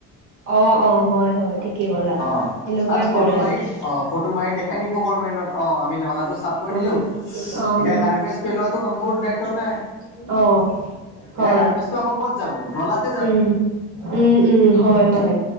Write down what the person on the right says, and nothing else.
অ' অ' হয় হয় ঠিকেই ক'লা সেনেকুৱাই
কৰে
আৰু।
অ'
অ'
অ'।
হয়।
উম' উম' উম' হয়, হয়